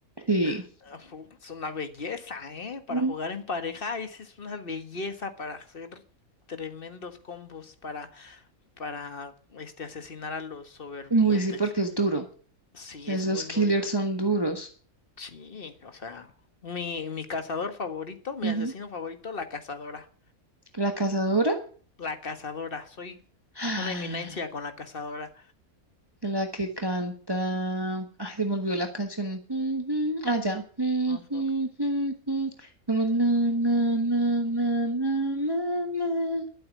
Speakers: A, on the right; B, on the left.
A: sí.
B: <laughs> Ah, fu- Es una belleza, ¿eh? Para
A: Mm.
B: jugar en pareja, esa es una belleza para hacer tremendos combos para, para, este, asesinar a los sobrevivientes.
A: Uy, sí, porque es duro.
B: Sí,
A: Esos
B: es muy,
A: killers
B: muy... du-
A: son duros.
B: Sí, o sea, mi, mi cazador favorito, mi
A: Ujú.
B: asesino favorito, la cazadora.
A: La cazadora.
B: La cazadora, soy
A: <gasps>
B: una eminencia
A: <sighs>
B: con la cazadora.
A: La que canta. Ay, se me olvidó la canción. <laughs> Ah, ya. <laughs> Ujú,
B: Ujú,
A: Como na, na, na, na, na, na, na,